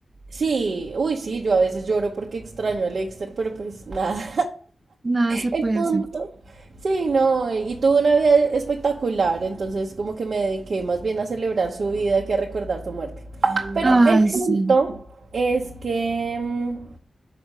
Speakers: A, on the right; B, on the right.
A: Sí, uy, sí, yo a veces lloro porque extraño a Lexter, pero pues nada.
B: Nada se
A: El
B: puede
A: punto.
B: hacer.
A: Sí, no, y tuvo una vida espectacular, entonces como que me dediqué más bien a celebrar su vida que a recordar su muerte. Pero
B: Ay,
A: el
B: sí.
A: punto es que mm,